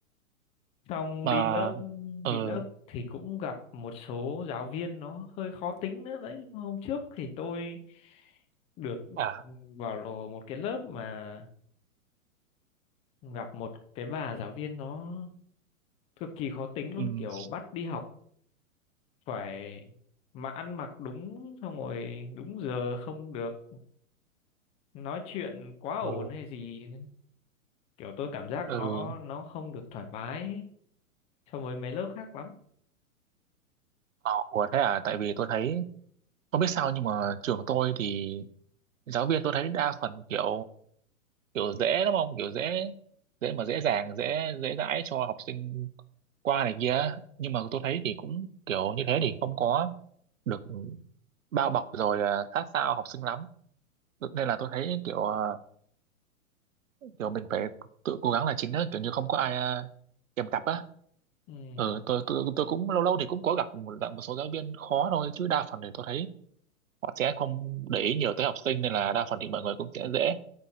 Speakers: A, on the left; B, on the right.
A: xong
B: mà
A: đi lớp
B: ừ,
A: đi lớp thì cũng gặp một số giáo viên nó hơi khó tính nữa đấy hôm trước thì tôi được
B: à
A: ừ, vào lò một cái lớp mà gặp một cái bà giáo viên nó cực kỳ khó tính luôn
B: ừ,
A: kiểu bắt đi học phải mà ăn mặc đúng xong rồi đúng giờ không được nói chuyện quá ồn
B: ừ,
A: hay gì kiểu tôi cảm giác
B: ừ,
A: nó nó không được thoải mái so với mấy lớp khác lắm
B: ờ, ủa thế à tại vì tôi thấy không biết sao nhưng mà trường tôi thì giáo viên tôi thấy đa phần kiểu kiểu dễ đúng không kiểu dễ dễ mà dễ dàng dễ dễ dãi cho học sinh qua này kia nhưng mà tôi thấy thì cũng kiểu như thế thì không có được bao bọc rồi à, sát sao học sinh lắm nên là tôi thấy kiểu à, kiểu mình phải tự cố gắng là chính á kiểu như không có ai à, kèm cặp á
A: ừ
B: ừ, tôi, tôi tôi cũng lâu lâu thì cũng có gặp một, dạng một số giáo viên khó thôi chứ đa phần thì tôi thấy họ sẽ không để ý nhiều tới học sinh nên là đa phần thì mọi người cũng sẽ dễ